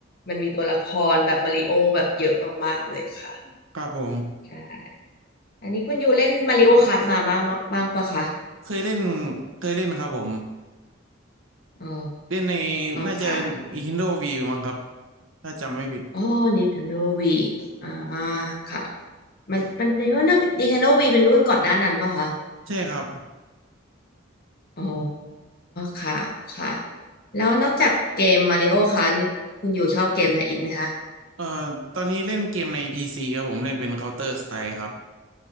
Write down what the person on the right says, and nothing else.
ครับผม
เคยเล่นเคยเล่นครับผม
เล่นในน่าจะ
Nintendo Wii มั้งครับถ้าจำไม่ผิด
ใช่ครับ
เอ่อตอนนี้เล่นเกมในพีซีครับผมเล่นเป็น Counter Strike ครับ